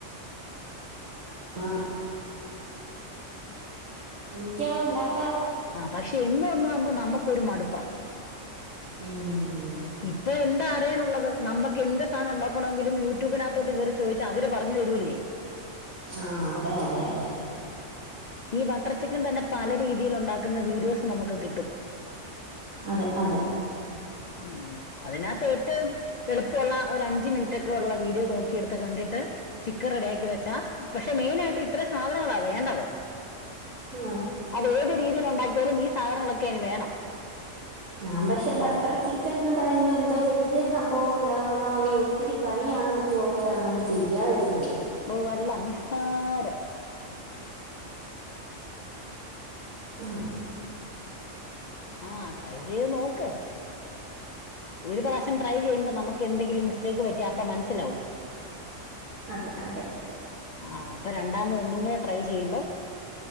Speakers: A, on the right; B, on the left.
A: ആ
B: ഉ
A: എനിക്കത ഉണ്ടാ-
B: ആ പക്ഷെ ഇന്ന് ഒന്നും ത് നമുക്ക ഒരു മടുപ്പാ
A: ഉം
B: ഇപ്പൊ എന്താ അറിയാനുള്ളത് നമുക്ക് എന്ത് സാധനം ഉണ്ടാക്കണമെങ്കിലും യൂട്യൂബിന- ത്തോട്ട് കയറി ചോദിച്ചാ അവര് പറഞ്ഞു തരൂല്ലേ
A: ആഹ അതെ അതെ അതെ
B: ഈ ബട്ടർ ചിക്കൻ തന്നെ പല രീതിയിൽ ഉണ്ടാക്കുന്ന വീഡിയോസ് നമുക്ക് കിട്ടും.
A: അതെ അതെ
B: ഉം അതിനകത്ത് ഏറ്റവും- എളുപ്പമുള്ള ഒരു അഞ്ചു മിനിറ്റൊക്കെ ഉള്ള വീഡിയോ നോക്കിയെടുത്ത് കണ്ടിട്ട്- ചിക്കൻ റെഡിയാക്കി വെച്ചാ പക്ഷെ മെയിനായിട്ട് ഇത്ര സാധനങ്ങള- വേണ്ടത്
A: ആ
B: അത് ഏത് രീതിയിൽ ഉണ്ടാക്കിയാലും - സാധനങ്ങളൊക്കെ ഇനി വേണം
A: ഞാൻ പക്ഷെ ബട്ടർ ചിക്കൻന്ന് പറയുമ്പോ എന്തോ വല്യ സംഭവം ഉണ്ടാക്കണോ അത് ഒത്തിരി പണിയാണെന്നൊക്കെ ഓർത്താണ് അത് ചെയ്യാതിരുന്നത്
B: ഓഹ് അല്ല നിസ്സാരം
A: ആഹ്
B: ആഹ് ട്രൈ ചെയ്ത് നോക്ക് ഒരു പ്രാവശം ട്രൈ ചെയ്യുമ്പോ ന നമുക്ക് എന്തെങ്കിലും മിസ്റ്റേക്ക് പറ്റിയ അപ്പം മനസിലാവും
A: അതെ അതെ
B: ആഹ് അപ്പൊ രണ്ടാമതൊന്നൂ ട്രൈ ചെയ്യുമ്പം